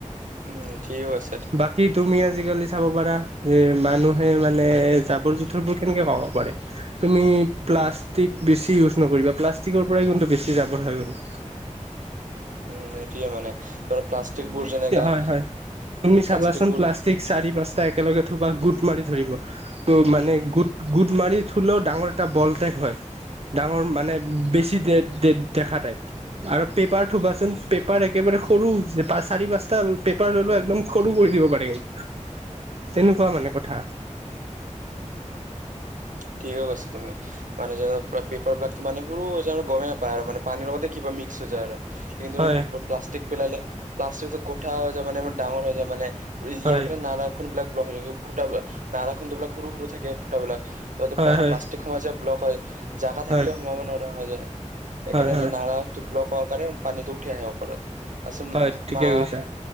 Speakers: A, on the right; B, on the right.
A: উম ঠিকে কৈছা।
B: বাকী তুমি আজিকালি, চাব পাৰা যে মানুহে মানে জাবৰ জোথৰবোৰ কেনেকে কমাব পাৰে? তুমি প্লাষ্টিক বেছি ইউজ নকৰিবা, প্লাষ্টিকৰ পৰাই কিন্তু বেছি জাবৰ হয় কিন্তু।
A: উম এতিয়া মানে, ধৰ প্লাষ্টিক
B: তুমি
A: বোৰ যেনেকা
B: হয় হয় তুমি
A: উম
B: চাবাচোন
A: প্লাষ্টিক বোৰ
B: প্লাচ, টিক চাৰি পাঁচটা একেলগে থবা গোট মাৰি ধৰিব। ত মানে গোট গোট মাৰি থুলেও ডাঙৰ এটা বল টাইপ হয়। ডাঙৰ মানে বেছি দে দে, দেখা টাইপ আৰু পেপাৰ থবাচোন পেপাৰ একেবাৰে সৰু হৈছে, চাৰি পাঁচটা পেপাৰ লৈ লৈ একদম সৰু কৰি দিব পাৰিম। তেনেকুৱা মানে কথা।
A: ঠিকে কৈছা তুমি। মানে যেনে পেপাৰ বিলাক টো মানে সৰু হৈ গৈছে গ'মেই নাপায় আৰু মানে পানীৰ লগতে কিবা মিক্স হৈ যায় আৰু কিন্তু
B: হয়
A: প্লাষ্টিক পেলালে প্লাষ্টিকটো গোঠা হৈ যায় মানে ডাঙৰ হৈ যায় মানে।
B: হয়
A: ইয়াকে নালাখন বিলাক ব্লক থাকে ফুটা নালাখনবিলাক সৰু সৰু থাকে ফুটাবিলাক। ত'
B: হয়
A: প্লা-প্লাষ্টিক
B: হয়
A: সোমাই যাই ব্লক হয়, জাগা থাকিলেও
B: হয়
A: সোমাব নোৱাৰা হৈ যায় এইকাৰনে
B: হয় হয়
A: নালা টো ব্লক হোৱাৰ কাৰণে পানীটো উঠি আহে ওপৰত, আচ
B: হয় ঠিকে
A: মা
B: কৈছা